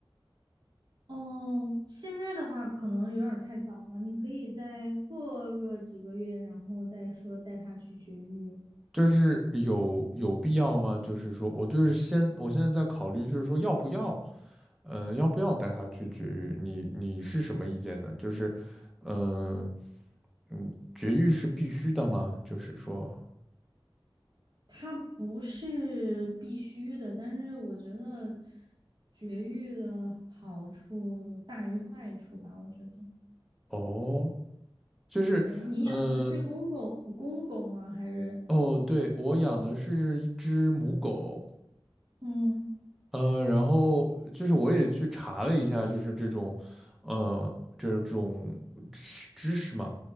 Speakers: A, on the right; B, in the centre.
A: 哦，现在的话可能有点儿太早了，你可以再过个几个月，然后再说带它去绝育。
B: 就是有有必要吗？就是说我就是先我现在在考虑，就是说要不要。嗯、呃要不要带它去绝育？你你是什么意见呢？就是，嗯、嗯，绝育是必须的吗？就是说，
A: 它不是必须的，但是我觉得绝育的好处大于坏处吧，我觉得。
B: 哦，就是，
A: 对，你养的是公狗，
B: 嗯、
A: 公狗吗？还是？
B: 哦，对，我养的是一只母狗，
A: 嗯，
B: 呃，然后就是我也去查了一下，就是这种，呃，这种知知识嘛。